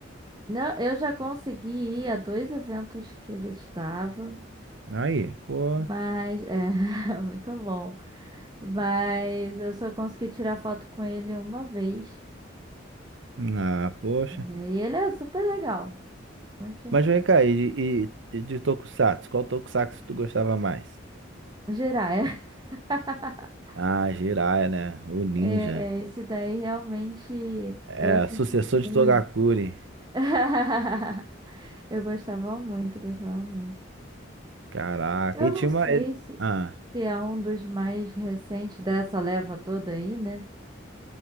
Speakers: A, on the right (about 20°); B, on the right (about 70°).
A: Não, eu já consegui ir a dois eventos que ele estava,
B: Aí, pô.
A: mas é <laughs> muito bom. Mas eu só consegui tirar foto com ele uma vez.
B: Ah, poxa.
A: né? E ele é super legal. Muita
B: Mas
A: gente.
B: vem cá, e de, e e de Tokusatsu? Qual Tokusatsu tu gostava mais?
A: Jiraya. <laughs>
B: Ah, Jiraiya, né? O Ninja.
A: É, esse daí realmente
B: É,
A: eu assisti
B: sucessor de
A: muito.
B: Togakuri.
A: <laughs> Eu gostava muito, gostava muito.
B: Caraca.
A: Eu
B: E
A: não
B: tinha
A: sei
B: uma. ele-
A: se,
B: Ah,
A: se é um dos mais recentes dessa leva toda aí, né?